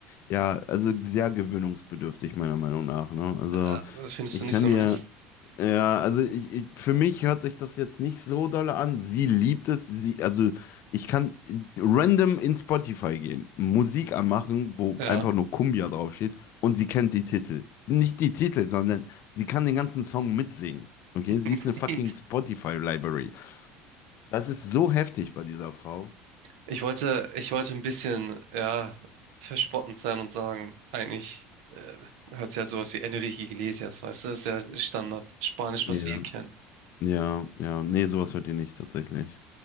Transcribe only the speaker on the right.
Äh, findest
du nicht
so
nice?
Ja.
<laughs>
Ich wollte, ich wollte ein bisschen, ja, verspottend sein und sagen, eigentlich äh, hört sich halt sowas wie Enrique Iglesias, weißt du, das ist ja Standard Spanisch,
was wir kennen.